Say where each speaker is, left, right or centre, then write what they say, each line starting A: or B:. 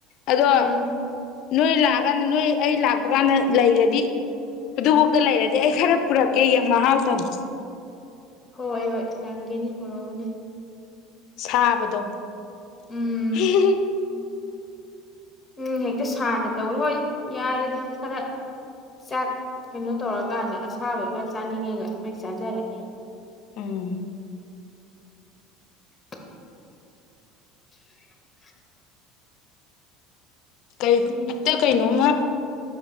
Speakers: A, on the left; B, on the left.
A: ꯑꯗꯣ
B: ꯎꯨꯝ
A: ꯅꯣꯏ ꯂꯥꯛꯑꯀꯥꯟꯗ ꯅꯣꯏ ꯑꯩ ꯂꯥꯛꯄ ꯀꯥꯟꯗ ꯂꯩꯔꯗꯤ ꯑꯗꯨꯐꯥꯎꯗ ꯂꯩꯔꯗꯤ ꯑꯩ ꯈꯔ ꯄꯨꯔꯛꯀꯦ ꯌꯥꯟ ꯃꯍꯥꯎ ꯇꯪ
B: ꯍꯣꯏ-ꯍꯣꯏ ꯇꯪꯒꯦꯅꯤ ꯄꯨꯔꯛꯎꯨꯅꯦ
A: ꯁꯥꯕꯗꯣ
B: ꯎꯝ
A: ꯍꯤ ꯍꯤ ꯍꯤ
B: ꯎꯨꯝ ꯍꯦꯛꯇ ꯁꯥꯥꯟꯅ ꯇꯧ ꯍꯣꯏ ꯌꯥꯔꯦꯗ ꯈꯔ ꯆꯥꯛ ꯀꯩꯅꯣ ꯇꯧꯔꯀꯥꯟꯗ ꯑꯁꯥꯕꯩꯒ ꯆꯥꯅꯤꯡꯉꯦꯒ ꯃꯩ ꯆꯥꯖꯔꯅꯤ ꯎꯨ
A: ꯎꯝ
B: ꯇꯣꯛ <inaudible>
A: ꯀꯩ
B: ꯎꯝ
A: ꯑꯇꯩ ꯀꯩꯅꯣꯝꯃꯥ